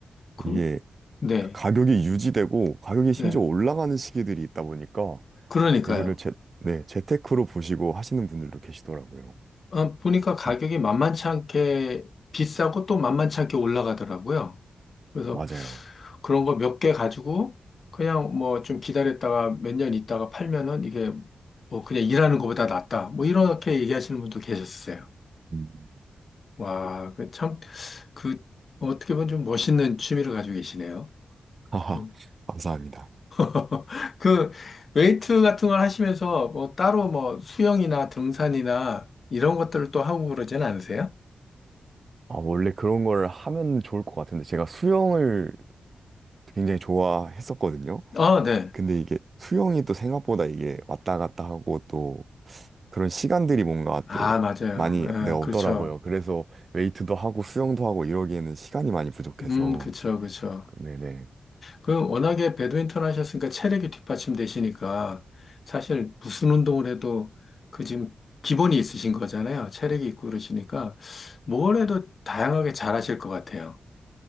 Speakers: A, on the left (about 60°); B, on the right (about 55°).
A: 그,
B: 이게
A: 네.
B: 가- 가격이 유지되고 가격이 심지어
A: 네.
B: 올라가는 시기들이 있다 보니까
A: 그러니까요.
B: 이거를 재, 네, 재테크로 보시고 하시는 분들도 계시더라고요.
A: 아, 보니까 가격이
B: 네,
A: 만만치 않게 비싸고 또 만만치 않게 올라가더라고요. 그래서
B: 맞아요.
A: 그런 거 몇 개 가지고 그냥 뭐 좀 기다렸다가 몇 년 있다가 팔면은 이게 뭐 그냥 일하는 것보다 낫다. 뭐 이렇게 얘기하시는 분도 계셨어요.
B: 음. <laughs>
A: 와, 그 참, 그 어떻게 보면 좀 멋있는 취미를 가지고 계시네요.
B: 하하,
A: 음.
B: 감사합니다.
A: <laughs> 그 웨이트 같은 걸 하시면서 뭐 따로 뭐 수영이나 등산이나 이런 것들을 또 하고 그러진 않으세요?
B: 아, 원래 그런 걸 하면 좋을 것 같은데 제가 수영을 굉장히 좋아했었거든요.
A: 아, 네.
B: 근데 이게 수영이 또 생각보다 이게 왔다 갔다 하고 또 그런 시간들이 뭔가
A: 아,
B: 또
A: 맞아요.
B: 많이 네, 없더라고요.
A: 예, 그렇죠.
B: 그래서 웨이트도 하고 수영도 하고 이러기에는 시간이 많이 부족해서
A: 음, 그렇죠, 그렇죠.
B: 네네
A: 그 워낙에 배드민턴 하셨으니까 체력이 뒷받침되시니까 사실 무슨 운동을 해도 그 지금 기본이 있으신 거잖아요. 체력이 있고 그러시니까 뭘 해도 다양하게 잘하실 것 같아요.